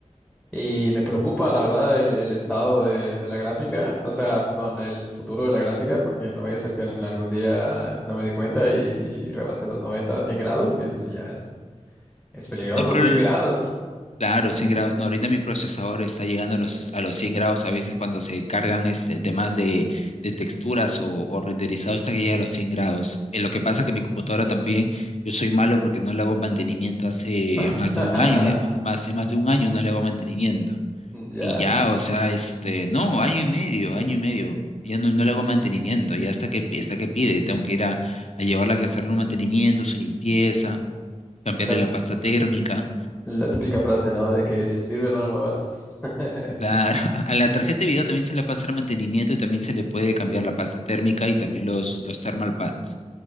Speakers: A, in the centre; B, on the left.
A: Y me preocupa, la verdad, el, el estado de, de la gráfica, o sea, perdón, el futuro de la gráfica, porque no vaya a ser que en algún día no me dé cuenta y si rebase los 90 a 100 grados, que eso sí ya es, es peligroso,
B: No, pero
A: 100
B: el-
A: grados.
B: claro, 100 grados. No, ahorita mi procesador está llegando a los, a los 100 grados a veces cuando se cargan este, temas de, de texturas o, o renderizado hasta que llega a los 100 grados. Eh, lo que pasa que mi computadora también, yo soy malo porque no le hago mantenimiento hace
A: <laughs>
B: más de un año, ¿eh? hace más de un año no le hago mantenimiento.
A: Ya,
B: Y ya, o sea, este, no, año y medio, año y medio. Ya no, no le hago mantenimiento, ya hasta que, hasta que pide, tengo que ir a, a llevarla a que hacerle un mantenimiento, su limpieza, cambiarle
A: la,
B: la pasta térmica.
A: la típica frase, ¿no? De que si sirve, no lo muevas. <laughs>
B: Claro, <laughs> a la tarjeta de video también se le puede hacer mantenimiento y también se le puede cambiar la pasta térmica y también los, los thermal pads,